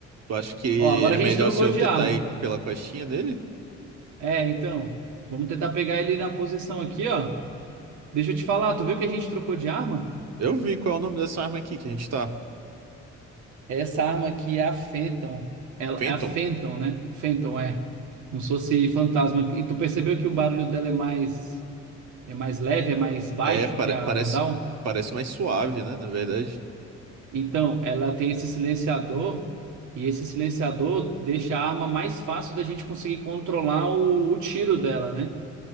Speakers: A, on the right; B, on the right.
A: Tu acha que
B: Ó, agora
A: é
B: a
A: melhor
B: gente trocou
A: se eu
B: de
A: tentar
B: arma.
A: ir pela costinha dele?
B: É, então, vamos tentar pegar ele na posição aqui, ó. Deixa eu te falar, tu viu que a gente trocou de arma?
A: Eu vi qual é o nome dessa arma aqui que a gente tá.
B: Essa arma aqui é a Fenton. Ela,
A: Phantom.
B: é a Fenton, né? Fenton é. Como se fosse fantasma. E tu percebeu que o barulho dela é mais, é mais leve, é mais baixo
A: É, pare-
B: que a
A: parece,
B: Vandal?
A: parece mais suave, né? Na verdade.
B: Então, ela tem esse silenciador. E esse silenciador deixa a arma mais fácil da gente conseguir controlar o, o tiro dela, né?